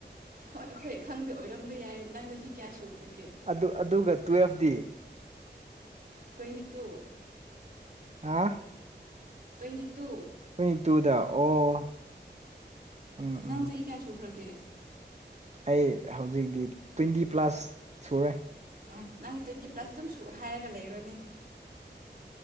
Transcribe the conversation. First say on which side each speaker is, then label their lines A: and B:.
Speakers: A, on the right; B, on the right.
A: ꯍꯣꯏ ꯑꯩꯈꯣꯏ ꯈꯪꯗꯦ ꯑꯣꯏꯔꯝꯕ ꯌꯥꯏ ꯅꯪ ꯆꯍꯤ ꯀꯌꯥ ꯁꯨꯈꯔꯒꯦ
B: ꯑꯗꯨ ꯑꯗꯨꯒ ꯇꯨꯌꯦꯜꯐꯇꯤ
A: ꯇꯣꯏꯟꯇꯤ ꯇꯨ
B: ꯑꯥ
A: ꯇꯣꯏꯟꯇꯤ ꯇꯨ
B: ꯇꯣꯏꯟꯇꯤ ꯇꯨꯗ ꯑꯣ ꯎꯝ
A: ꯅꯪ
B: ꯎꯝ
A: ꯆꯍꯤ ꯀꯌꯥ ꯁꯨꯈ꯭ꯔꯒꯦ
B: ꯑꯩ ꯍꯧꯖꯤꯛꯇꯤ ꯇꯣꯏꯟꯇꯤ ꯄ꯭ꯂꯁ ꯁꯨꯔꯦ
A: ꯑ ꯅꯪꯗꯤ ꯇꯣꯏꯟꯇꯤ ꯄ꯭ꯂꯁ ꯑꯗꯨꯝ ꯁꯨ ꯍꯥꯏꯔꯒ ꯂꯩꯔꯣꯅꯦ